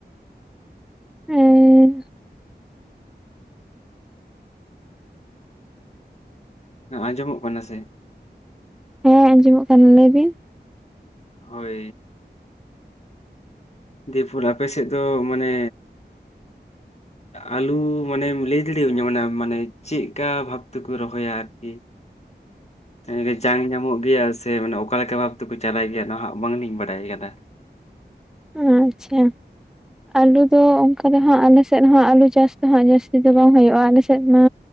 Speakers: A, in the centre; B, on the left.
A: ᱩᱸᱻ
B: ᱦᱮᱸ ᱟᱸᱡᱚᱢᱚᱜ ᱠᱟᱱᱟ ᱥᱮ?
A: ᱦᱮᱸ ᱟᱸᱡᱚᱢᱚᱜ ᱠᱟᱱ ᱞᱟᱹᱭ ᱵᱤᱱ?
B: ᱦᱳᱭ ᱾ ᱫᱮᱭᱮᱯᱚᱨ ᱟᱯᱮ ᱥᱮᱫ ᱫᱚ ᱢᱟᱱᱮ ᱟᱞᱩ ᱢᱟᱱᱮᱢ ᱞᱟᱹᱭ ᱫᱟᱲᱮ ᱤᱧᱟ ᱢᱟᱱᱮ ᱢᱟᱱᱮ ᱪᱮᱫᱠᱟ ᱵᱷᱟᱵ ᱛᱮᱠᱚ ᱨᱚᱦᱚᱭᱟ ᱟᱨᱠᱤ ᱟᱱᱮ ᱠᱤ ᱡᱟᱝ ᱧᱟᱢᱚᱜ ᱜᱮᱭᱟ ᱥᱮ ᱚᱠᱟᱞᱮᱠᱟ ᱵᱷᱟᱵ ᱛᱮᱠᱚ ᱪᱟᱨᱟᱭ ᱜᱮᱭᱟ ᱱᱚᱣᱟ ᱦᱟᱸᱜ ᱵᱟᱝᱞᱤᱧ ᱵᱟᱲᱟᱭ ᱟᱠᱟᱫᱟ᱾
A: ᱟᱪᱪᱷᱟ ᱟᱞᱩ ᱫᱚ ᱚᱱᱠᱟ ᱨᱮᱦᱚᱸ ᱟᱞᱮ ᱥᱮᱫ ᱦᱚᱸ ᱟᱹᱞᱩ ᱪᱟᱥ ᱫᱚ ᱦᱟᱜ ᱡᱟᱹᱥᱛᱤ ᱫᱚ ᱵᱟᱝ ᱦᱩᱭᱩᱜᱼᱟ ᱟᱞᱮ ᱥᱮᱫ ᱢᱟ